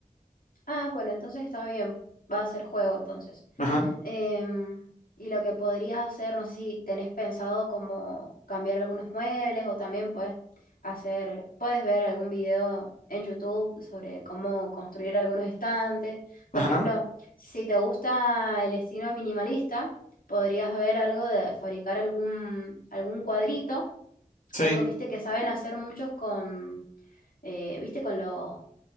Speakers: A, on the left (about 85°); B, on the left (about 65°).
A: Ah, bueno, entonces está bien. Va a ser juego entonces.
B: Ajá,
A: Em, y lo que podrías hacer, no sé si tenés pensado como cambiar algunos muebles o también puedes hacer, puedes ver algún video en YouTube sobre cómo construir algunos estantes. Por
B: ajá.
A: ejemplo, si te gusta el estilo minimalista, podrías ver algo de fabricar algún, algún cuadrito,
B: Sí,
A: algo, viste, que saben hacer muchos con, eh, viste, con los